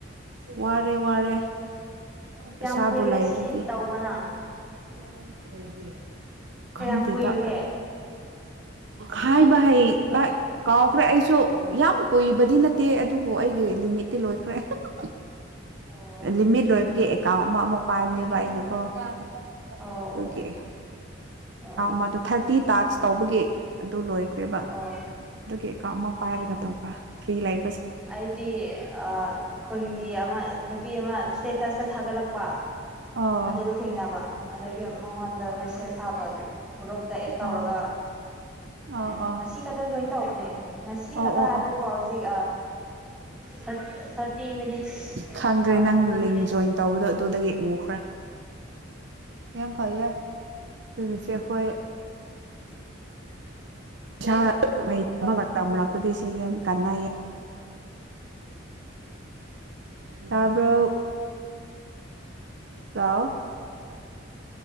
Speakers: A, on the right (about 60°); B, in the centre.
A: ꯋꯥꯔꯦ ꯋꯥꯔꯦ꯫
B: ꯀꯌꯥꯝ
A: ꯄꯩꯁꯥꯕꯨ
B: ꯀꯨꯏꯔꯦ
A: ꯂꯩꯔꯗꯤ
B: ꯑꯁꯤ ꯇꯧꯕ ꯅꯪ꯫
A: <unintelligible>
B: ꯀꯌꯥꯝ
A: ꯈꯪꯗꯦꯗ
B: ꯀꯨꯏꯔꯒꯦ꯫
A: ꯍꯥꯏꯕ ꯍꯩ ꯀꯥꯎꯈ꯭ꯔꯦ ꯑꯩꯁꯨ ꯌꯥꯝ ꯀꯨꯏꯕꯗꯤ ꯅꯠꯇꯦ ꯑꯗꯨꯕꯨ ꯑꯩꯒꯤ ꯂꯤꯃꯤꯠꯇꯤ ꯂꯣꯏꯈ꯭ꯔꯦ꯫ <unintelligible>
B: ꯑꯣ
A: ꯂꯤꯃꯤꯠ ꯂꯣꯏꯕꯒꯤ ꯥꯎ ꯑꯃ ꯑꯃꯨꯛ ꯄꯥꯏꯕꯅꯦꯕ ꯑꯩꯅꯀꯣ꯫ ꯑꯗꯨꯒꯤ
B: ꯑꯣ ꯑꯣ ꯑꯣ ꯑꯣ ꯑꯣ
A: ꯃꯥꯗꯣ ꯊꯥꯔꯇꯤ ꯇꯥꯛꯁ ꯇꯧꯕꯒꯤ ꯑꯗꯨ ꯂꯣꯏꯈ꯭ꯔꯦꯕ
B: ꯑꯣ
A: ꯑꯗꯨꯒꯤ꯫ <unintelligible> ꯑꯃ ꯄꯥꯏꯔꯒ ꯇꯧꯕ ꯐ꯭ꯔꯤ ꯂꯩ
B: ꯑꯩꯗꯤ ꯑ ꯈꯨꯟꯒꯤ ꯑꯃ ꯄꯤ ꯑꯃ ꯁ꯭ꯇꯦꯇꯁꯇ ꯊꯥꯒꯠꯂꯛꯄ
A: ꯑꯣ
B: ꯑꯗꯨꯗ ꯊꯦꯡꯅꯕ ꯑꯗꯨꯒꯤ ꯃꯉꯣꯟꯗ ꯃꯦꯁꯦꯁ ꯇꯥꯕ ꯑꯗꯨ ꯒ꯭ꯔꯨꯞꯇ ꯑꯦꯗ ꯇꯧꯔꯒ
A: ꯑꯣ ꯑꯣ
B: ꯍꯪꯕ
A: ꯑꯣ
B: ꯉꯁꯤ ꯈꯛꯇ ꯖꯣꯏꯟ ꯇꯧꯕꯅꯦ ꯉꯁꯤ
A: ꯑꯣ
B: ꯈꯛꯇ
A: ꯑꯣ
B: ꯍꯥꯏꯕꯕꯨ
A: ꯑꯣ
B: ꯍꯧꯖꯤꯛ ꯊꯔ ꯊꯥꯔꯇꯤ ꯃꯤꯅꯤꯠꯁ
A: ꯈꯪꯈ꯭ꯔꯦ
B: ꯑ
A: ꯅꯪ
B: ꯊꯥꯔꯇꯤ
A: ꯂꯤꯡ
B: ꯃꯤꯅꯤꯠꯁ
A: ꯖꯣꯏꯟ ꯇꯧꯕꯗꯣ ꯑꯗꯨꯗꯒꯤ ꯎꯈ꯭ꯔꯦ ꯌꯥꯝ ꯐꯩꯌꯦ ꯍꯨꯖꯤꯛꯁꯦ ꯈꯣꯏ ꯏꯁꯥꯩ ꯃꯔꯛꯇꯨꯗꯤ ꯁꯤ ꯌꯥꯝ ꯀꯥꯟꯅꯩꯌꯦ ꯇꯥꯕ꯭ꯔꯣ ꯂꯥꯎ